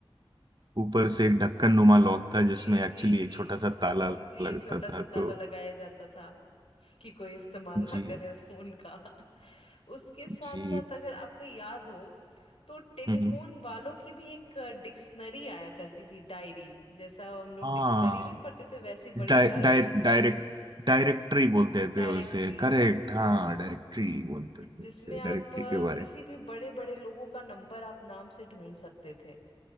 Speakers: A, on the right (about 50°); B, on the left (about 85°).
A: ऊपर से एक ढक्कन नुमा लॉक था
B: जी
A: जिसमें एक्चुअली
B: जी
A: एक
B: जी
A: छोटा सा ताला
B: जी
A: लगता
B: छोटा
A: था
B: सा
A: तो
B: ताला लगाया जाता था कि कोई इस्तेमाल
A: जी
B: ना करे उस फोन का उसके साथ
A: जी
B: साथ अगर आपको याद हो तो टेलीफोन
A: हम्म हम्म।
B: वालों की भी एक डिक्शनरी आया करती थी डायरी जैसा हम लोग
A: हाँ
B: डिक्शनरी नहीं पढ़ते थे वैसी बड़ी
A: डाय
B: डायरी
A: डाय डायरेक्ट डायरेक्टरी बोलते
B: डायरेक्टरी
A: थे उसे करेक्ट हाँ डायरेक्टरी बोलते थे
B: जिसमें
A: उसे
B: आप
A: डायरेक्टरी
B: अ,
A: के बारे
B: किसी
A: में
B: भी बड़े बड़े लोगों का नंबर आप नाम से ढूंढ सकते थे